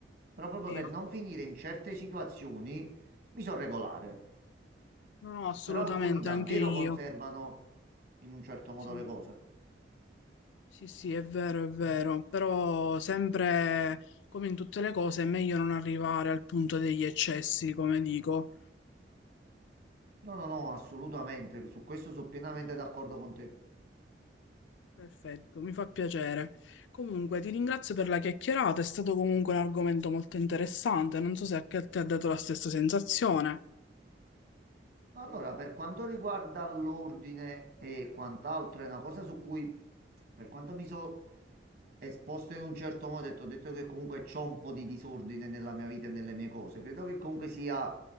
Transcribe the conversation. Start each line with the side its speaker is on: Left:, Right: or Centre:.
Right: Però proprio
Left: Sì.
Right: per non finire in certe situazioni mi sono regolare.
Left: No, no, assolutamente,
Right: Però alcuni davvero
Left: anche io.
Right: conservano in un certo modo
Left: Sì.
Right: le cose.
Left: Sì, sì, è vero, è vero, però sempre come in tutte le cose è meglio non arrivare al punto degli eccessi, come dico.
Right: No, no, no, assolutamente. Su questo sono pienamente d'accordo con te.
Left: Perfetto, mi fa piacere. Comunque, ti ringrazio per la chiacchierata, è stato comunque un argomento molto interessante, non so se anche a te ha dato la stessa sensazione.
Right: Allora, per quanto riguarda l'ordine e quant'altro, è una cosa su cui, per quanto mi sono esposto in un certo modo, e ti ho detto che comunque c'ho un po' di disordine nella mia vita e nelle mie cose. Credo che comunque sia